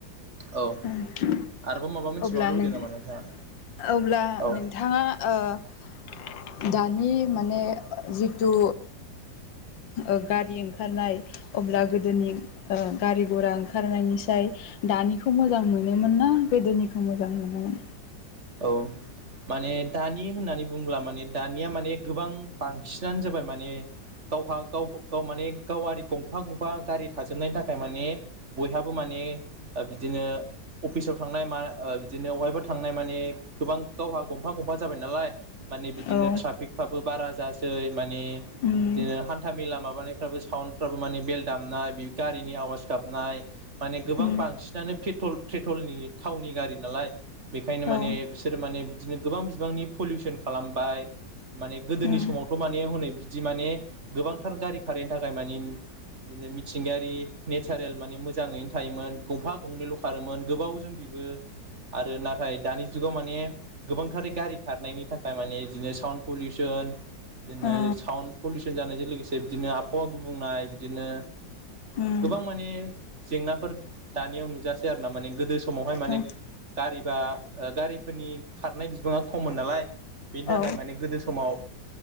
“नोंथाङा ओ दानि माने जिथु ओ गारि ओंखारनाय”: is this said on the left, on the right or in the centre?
Left